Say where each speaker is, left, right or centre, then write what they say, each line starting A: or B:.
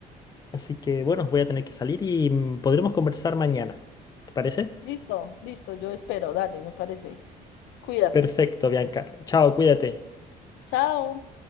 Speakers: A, on the left; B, on the left.
A: Así que bueno, voy a tener que salir y mm, podremos conversar mañana. ¿Te parece?
B: listo, listo, yo espero. Dale, me parece. Cuídate.
A: Perfecto, Bianca. Chao, cuídate.
B: Chao.